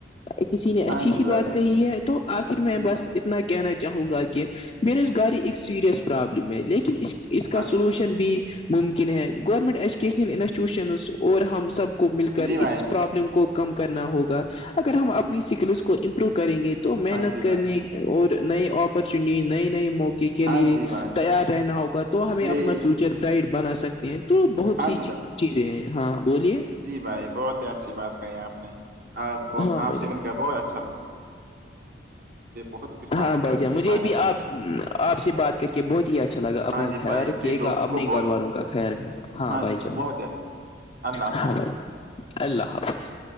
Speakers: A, on the left (about 30°); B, on the right (about 55°).
A: کسی کسی نے اچھی
B: ہاں جی
A: ہی
B: بھائی
A: بات کہی ہے تو آخر میں
B: جی
A: بس
B: بھائی
A: کہنا چاہوں گا کہ ب روز گاری ایک سیریس پرابلم ہے لیکن اس اس کا
B: ہاں
A: سولوشن
B: جی بھائی
A: بھی ممکن ہے گورنمنٹ ایجوکیشنل انسٹیٹیوشن اور ہم سب کو مل کر
B: جی بھائی
A: اس پرابلم کو کم کرنا ہوگا اگر ہم اپنی اسکلس کو امپروو کریں گے تو تو محنت
B: ہاں جی
A: کرنے
B: بھائی
A: اور نئے اپرچونیٹیز نئے نئے موقعے کے
B: ہاں
A: لیے
B: جی بھائی
A: تیار رہنا ہوگا تو
B: اس
A: ہمیں
B: لیے
A: اپنا فیوچر برائٹ بنا سکتے ہیں تو بہت
B: ہاں
A: سی
B: جی بھائی
A: چیزیں ہیں ہاں بولیے
B: جی بھائی بہت ہی اچھی بات کہی آپ نے آپ کو
A: ہاں بھائی
B: آپ سے
A: جان۔
B: مل کر بہت اچا بہت کچھ حاصل
A: ہاں بھائی
B: ہو اس
A: جان
B: کے
A: مجھے
B: بارے
A: بھی
B: میں
A: آپ آپ سے بات کر کے بہت ہی اچھا لگا اپنا
B: ہاں جی
A: خیر
B: بھائی اس
A: کے
B: لیے لوگوں
A: اپنے
B: کو
A: گھر
B: بول
A: والوں کا خیر ہاں بھائی
B: جی
A: جان
B: بہت ہی اچھی بات اللہ
A: ہاں
B: حافظ
A: بھائی جان اللہ حافظ